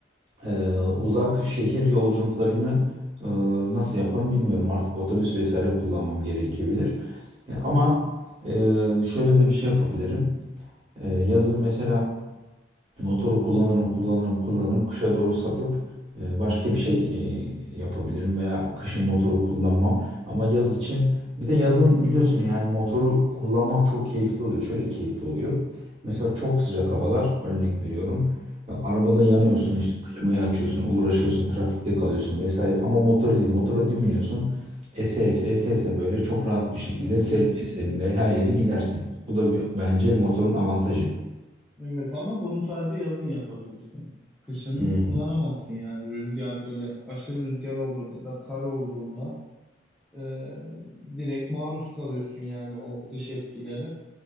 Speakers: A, on the right (about 35°); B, in the centre.
A: Eee, uzak şehir yolculuklarını eee, nasıl yaparım bilmiyorum. Artık otobüs vesaire kullanmam gerekebilir. E, ama eee, şöyle de bir şey yapabilirim. Eee, yazın mesela Motoru kullanırım, kullanırım, kullanırım. Kışa doğru satıp e, başka bir şey e, yapabilirim veya kışın motoru kullanmam. Ama yaz için bir de yazın biliyorsun yani motoru kullanmak çok keyifli oluyor. Şöyle keyifli oluyor. Mesela çok sıcak havalar örnek veriyorum. Ya, Arabada yanıyorsun
B: hmm,
A: işte klimayı açıyorsun, uğraşıyorsun, trafikte kalıyorsun vesaire. Ama motor değil. Motora bir biniyorsun. Ese ese ese ese böyle çok rahat bir şekilde
B: hmm.
A: serinle serinle her yere gidersin. Bu da bir, bence motorun avantajı.
B: Evet ama bunu sadece yazın yapabilirsin. Kışın
A: Hmm.
B: kullanamazsın yani rüzgar böyle aşırı rüzgar olduğunda ya da kar olduğunda e, direkt maruz kalıyorsun yani o dış etkilere.